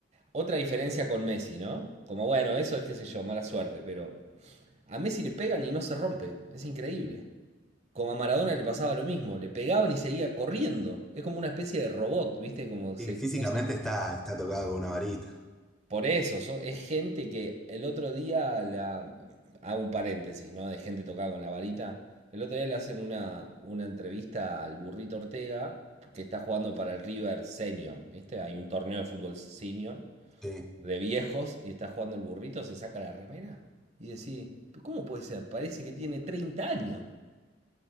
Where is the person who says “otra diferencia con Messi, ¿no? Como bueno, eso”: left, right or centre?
Right